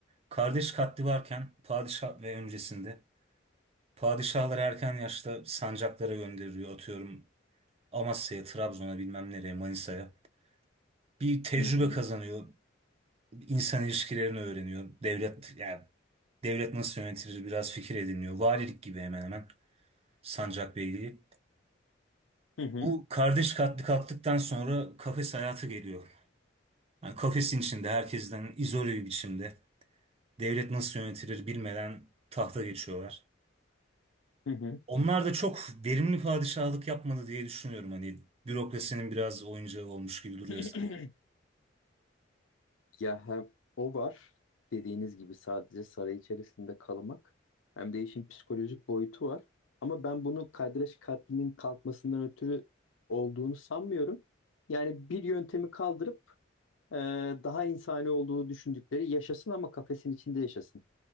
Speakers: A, on the right; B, on the left.
A: Kardeş katli varken padişah ve öncesinde padişahları erken yaşta sancaklara gönderiliyor. Atıyorum Amasya'ya, Trabzon'a bilmem nereye, Manisa'ya. Bir tecrübe
B: hı,
A: kazanıyor. insan ilişkilerini öğreniyor. Devlet yani devlet nasıl yönetilir biraz fikir ediniyor. Valilik gibi hemen hemen sancak beyliği.
B: hı hı,
A: Bu kardeş katli kalktıktan sonra kafes hayatı geliyor. Yani kafesin içinde herkesten izole bir biçimde. devlet nasıl yönetilir bilmeden tahta geçiyorlar.
B: hı hı.
A: Onlar da çok verimli padişahlık yapmadı diye düşünüyorum. Hani bürokrasinin biraz oyuncağı olmuş gibi duruyor
B: <clears throat>
A: sanki.
B: ya hem o var dediğiniz gibi sadece saray içerisinde kalmak hem de işin psikolojik boyutu var. Ama ben bunu Kadreş katlinin kalkmasından ötürü olduğunu sanmıyorum. Yani bir yöntemi kaldırıp e, daha insani olduğu düşündükleri yaşasın ama kafesin içinde yaşasın